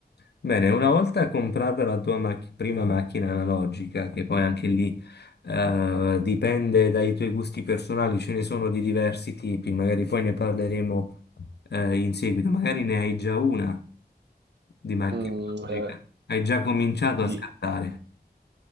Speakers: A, on the left; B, on the right.
A: Bene, una volta comprata la tua macch- prima macchina analogica, che poi anche lì eh, dipende dai tuoi gusti personali, ce ne sono di diversi tipi, magari poi ne parleremo eh, in seguito, magari ne hai già una di macchina
B: Mm,
A: analogica,
B: eh,
A: hai già cominciato
B: di,
A: a scattare,